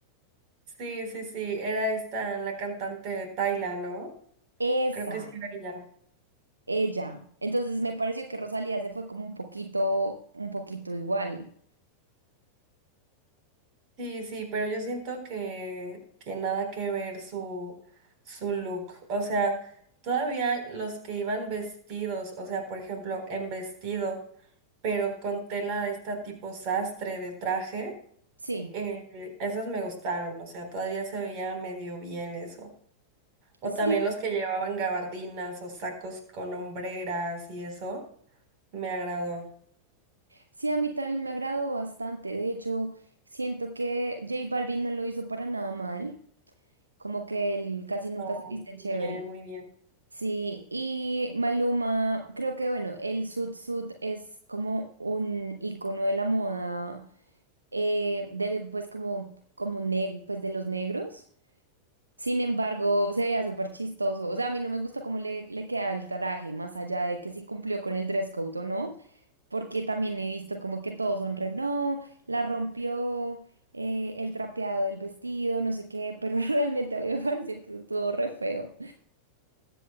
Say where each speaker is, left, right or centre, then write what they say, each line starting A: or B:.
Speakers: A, on the right; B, on the right.
A: Sí, sí, sí, era esta la cantante Tayla, ¿no?
B: Esa,
A: Creo que sí era ella.
B: ella. Entonces me pareció que Rosalía se fue como un poquito, un poquito igual.
A: Sí, sí, pero yo siento que, que nada que ver su, su look. O sea, todavía los que iban vestidos, o sea, por ejemplo, en vestido, pero con tela de esta tipo sastre de traje,
B: Sí,
A: eh, esos me gustaron. O sea, todavía se veía medio bien eso. O
B: sí,
A: también los que llevaban gabardinas o sacos con hombreras y eso, me agradó.
B: sí, a mí también me agradó bastante. De hecho, siento que J Balvin no lo hizo para nada mal, como que él casi nunca
A: Oh,
B: se viste chévere.
A: muy bien, muy bien.
B: Sí, y Maluma, creo que bueno, el sud sud es como un icono de la moda, eh, de, pues como, como ne- pues de los negros. Sin embargo, se veía súper chistoso. O sea, a mí no me gustó cómo le, le quedaba el traje, más allá de que si cumplió con el dress code o no. porque también he visto como que todos son re, no, la rompió eh, el trapeado del vestido, no sé qué, pero <laughs> realmente a mí me pareció que estuvo re feo.